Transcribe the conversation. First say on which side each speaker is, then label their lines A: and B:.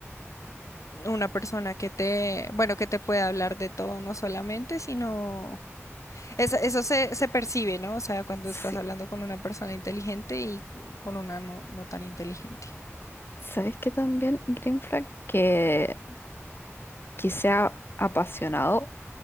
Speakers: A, on the left (about 85°); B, on the left (about 45°).
A: una persona que te, bueno, que te pueda hablar de todo, no solamente, sino eso, eso se, se percibe, ¿no? O sea, cuando
B: Sí,
A: estás hablando con una persona inteligente y con una no, no tan inteligente.
B: ¿sabes qué también green flag? Que, que sea apasionado